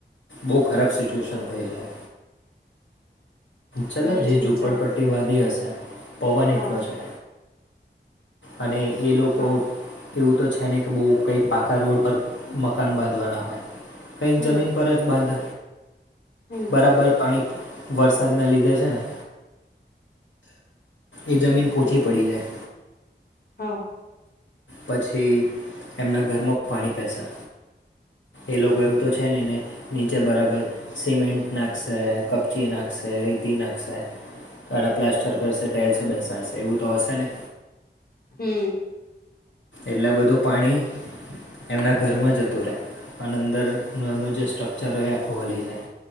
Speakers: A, on the left; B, on the left.
A: બહુ ખરાબ સિચ્યુએશન થઈ જાય ચાલ
B: હું એજ
A: જે
B: વિચારું
A: ઝૂપડપટ્ટી બાંધી હશે પવન
B: હા
A: એટલો છે. અને એ લોકો
B: હા
A: એવું તો છે નનેં કે બહુ કંઈક પાકા રોડ પર મકાન બાંધવાના હોય કંઈક
B: હમ
A: જમીન પર જ બાંધ
B: હમ
A: બરાબર પાણી વરસ સાદના લીધે છે ને એ જમીન પોહચી પડી જાય
B: હા
A: પછી એમના ઘરમાં પાણી પહેસા એ લોકો એવું તો છે નહીં ને નીચે બરાબર સિમેન્ટ નાખશે કપચી નાખશે રીતી નાખશે કાડાા પ્લાસ્ટર કરશે ટાઇલ્સ બેસાડશે એવું તો હશે ને
B: હમ્મ
A: એટલા બધું પાણી એમના ઘરમાં જતું રહે પણ અંદરનું એમનું જે સ્ટ્રક્ચર હોય એ આખું હલી જાય